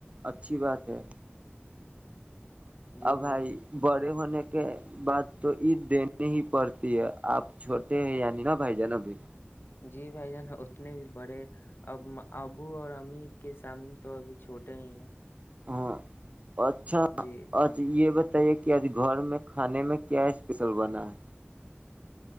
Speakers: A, on the right; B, on the left.
A: اچھی بات ہے
B: جی
A: اور بھائی
B: جان
A: بڑے ہونے کے بات تو عید دینی ہی پڑتی ہے آپ چھوٹے ہیں یعنی نا بھائی جان ابھی
B: جی بھائی جان اتنے بھی بڑے اب ابو اور امی کے سامنے تو ابھی چھوٹے ہی ہیں
A: ہاں اچھا
B: جی
A: یہ ب ے کہ آج گھر میں کھانے میں کیا اسپیشل بنا ہے